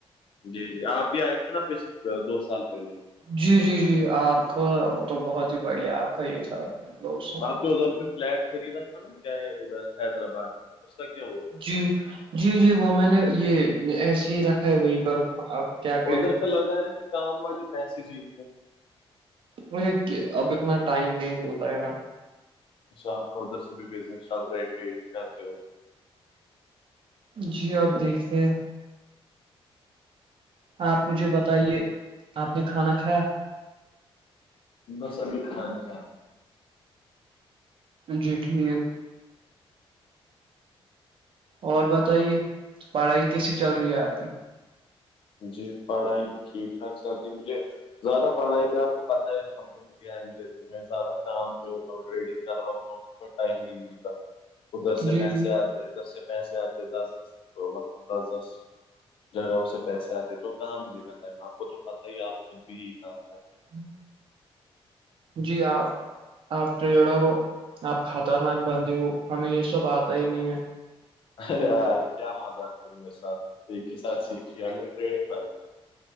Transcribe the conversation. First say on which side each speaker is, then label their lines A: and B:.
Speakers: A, on the left; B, on the right.
A: جی جی آپ بھی آئے تھے نا پچھلے بار دو سال پہلے
B: جی جی جی آپ کا وہ تو بہت ہی بڑھیا آپ کا یہ تھا سے۔
A: آپ نے ادھر کوئی فلیٹ خریدا تھا نا کیا ہے ادھر حیدرآباد میں اس کا کیا ہوا
B: جی جی جی وہ میں نے یہ ایسے ہی رکھا ہے وہی پر اب کیا کرے
A: ادھر لگانے کام والے پیسے جیتے
B: مجھے اب اتنا ٹائم نہیں ملتا ہے نا
A: اچھا آپ کا ادھر سے بھی بزنس چل رہا ہے ٹریڈنگ کرتے ہوئے
B: جی اب دیکھتے ہیں آپ مجھے بتائیے آپ نے کھانا کھایا
A: بس ابھی کھاؤں گا
B: جی ٹھیک اور بتائیے پڑھائی کیسی چل رہی ہے آپ کی
A: جی پڑھائی بھی ٹھیک ٹھاک چل رہی ہے مجھے زیادہ پڑھائی پہ آپ کو پتہ ہے ہم دھیان نہیں دیتے میں زیادہ کام پہ ہوتا ہوں ٹریڈنگ کر رہا ہوں تو ٹائم نہیں ملتا ادھر
B: جی
A: سے پیسے
B: جی
A: اتے ہیں ادھر سے پیسے آتے دس دس مطلب دس دس جگہوں سے پیسے چاہتے تو کہاں ملے گا ٹائم آپ کو تو پتاہ ہی آپ خود بھی یہی کام کرتے ہیں۔
B: ہوں جی آپ آپ ٹریڈر ہو آپ خطرناک بندی ہو ہمیں یہ سب آتا ہی نہیں ہے
A: ارے یار کیا مذاق کرو گے میرے ساتھ ایک ہی ساتھ سیکھ کیا ہم نے ٹریڑنگ بھائی